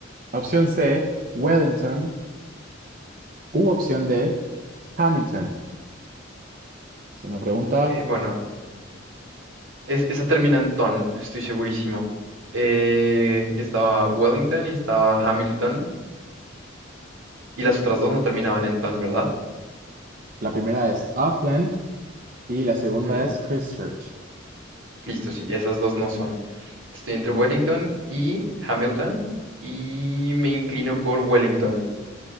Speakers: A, on the right; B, on the right.
A: Opción C, Wellington. U opción D, Hamilton. Es una pregunta.
B: Eh, bueno, es- esa termina en ton, estoy segurísimo. Eh, estaba Wellington y estaba Hamilton. Y las otras dos no terminaban en ton, ¿verdad?
A: La primera es Auckland y la segunda
B: Ok.
A: es Christchurch.
B: Listo, sí. Esas dos no son. Estoy entre Wellington y Hamilton. Y me inclino por Wellington.